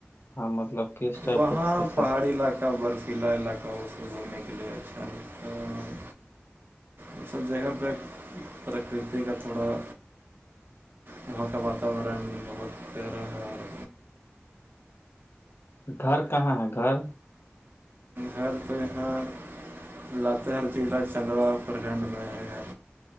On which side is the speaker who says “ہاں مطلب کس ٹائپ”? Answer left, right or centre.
Left